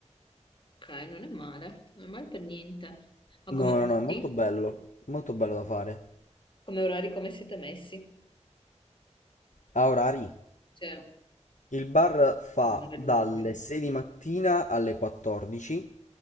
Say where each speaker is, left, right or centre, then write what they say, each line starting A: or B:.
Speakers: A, on the left (about 45°); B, on the left (about 85°).
A: Ok, non è male, non è male per niente. Ma
B: No,
A: come orari?
B: no, no, è molto bello, molto bello da fare.
A: Come orari, come siete messi?
B: A orari.
A: Cioè,
B: Il bar fa
A: un'ora,
B: dalle
A: due, tre.
B: 6 di mattina alle 14,